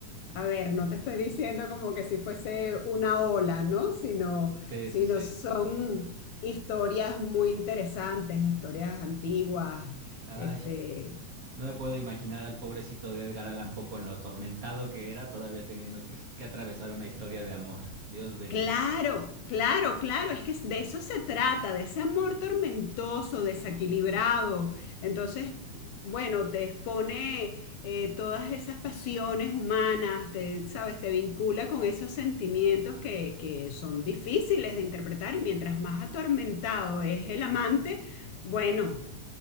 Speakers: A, on the left; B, on the right.
A: a ver, no te estoy diciendo como que si fuese una ola, ¿no? Sino,
B: Sí,
A: sino
B: sí, sí.
A: son historias muy interesantes, historias antiguas,
B: Ay,
A: este,
B: No me puedo imaginar al pobrecito de Edgar Allan Poe con lo atormentado que era, todavía teniendo que, que atravesar una historia de amor. Dios bendito.
A: Claro, claro, claro, es que de eso se trata, de ese amor tormentoso, desequilibrado. Entonces, bueno, te expone eh, todas esas pasiones humanas, te, sabes, te vincula con esos sentimientos que, que son difíciles de interpretar y mientras más atormentado es el amante, bueno,